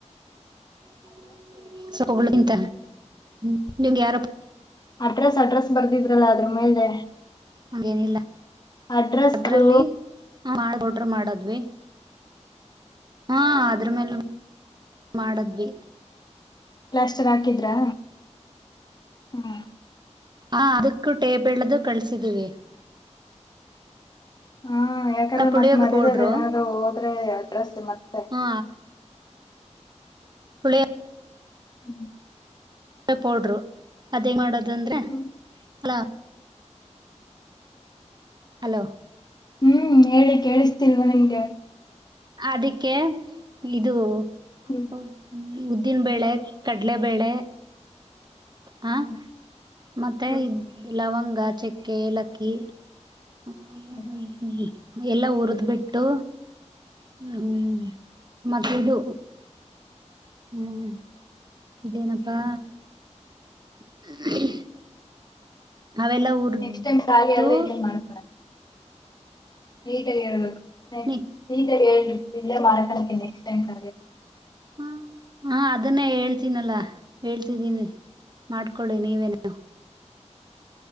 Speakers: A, on the right; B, on the left.
A: <unintelligible> ಹ್ಮ ನೀಂಗ ಯಾರೋ
B: ಅಡ್ರೆಸ್ ಅಡ್ರೆಸ್ ಬರ್ದಿದ್ರಲ್ಲ ಅದ್ರ ಮೇಲೆ
A: ಹಾಗೇನಿಲ್ಲ
B: ಅಡ್ರೆಸ್ದು
A: ಅದ್ರಲ್ಲಿಡ್ರ ಆರ್ಡರ್ ಮಾಡದ್ವಿ ಹಾ ಅ ಅದ್ರಮೇಲ್ಲೆ ಮಾಡದ್ವಿ.
B: ಪ್ಲಾಸ್ಟರ್ ಹಾಕಿದ್ರ ಹ್ಮ
A: ಹ ಅದಕ್ಕೂ ಟೇಬ್ಳ್ದ ಕಳ್ಸಿದೀವಿ.
B: ಹ್ಮ ಯಾಕಂದ್ರೆ
A: ಪುಳಿಯೋಗ್ರ
B: ಮತ್ ಮದದದಲ್ಲಿ
A: ಪೌಡ್ರು
B: ಏನಾದ್ರು ಹೋದ್ರೆ ಅಡ್ರೆಸ್ ಮತ್ತೆ
A: ಹಾ ಹುಳಿಯ
B: ಹ್ಮ್
A: ಪೌಡ್ರು ಅದೇ ಮಾಡದು ಅಂದ್ರೆ ಹಲ್ಲೋ
B: ಹ್ಮ್
A: ಹಲೋ
B: ಹ್ಮ್ ಹೇಳಿ ಕೇಳಿಸ್ತಿಲ್ವಾ ನಿಮ್ಗೆ
A: ಅದಕ್ಕೆ ಇದು
B: ಹ್ಮ್
A: ಹ ಹ್ಮ ಉದ್ದಿನ ಬೇಳೆ ಕಡಲೆಬೇಳೆ. ಹ
B: ಹ್ಮ್
A: ಮತ್ತೆ
B: ಹ್ಮ್
A: ಇದ ಲವಂಗ ಗ ಚೆಕ್ಕೆ ಏಲಕ್ಕಿ ಹ.
B: ಹ್ಮ್
A: ಎಲ್ಲ ಉರಿದ್ ಬಿಟ್ಟು ಹ್ಮ್ಮ್ ಮತ್ತೆ ಇದು ಹ್ಮ್ ಇದೇನಪ್ಪಾ <inaudible> ಅವೆಲ್ಲ ಉರ್ದು
B: ನೆಕ್ಸ್ಟ್ ಟೈಮ್ ಖಾಲಿ ಆದ್ರೆ ಇಲ್ಲೇ ಮಾಡ್ಕೊಳ ನೀಟಾಗಿ ಹೇಳ್ಬೇಕು
A: ನೀ
B: ನೀಟಾಗಿ ಹೇಳ್ ಇಲ್ಲೇ ಮಾಡಕನಕ್ಕೆ ನೆಕ್ಸ್ಟ್ ಟೈಮ್ <unintelligible>
A: ಹ ಹಾ ಅದನ್ನೇ ಹೇಳ್ತೀನಲ್ಲಾ ಹೇಳ್ ಿದ್ದೀನಿ ಮಾಡ್ ಹಕೊಳ್ಳಿ ನೀವೆೇನು.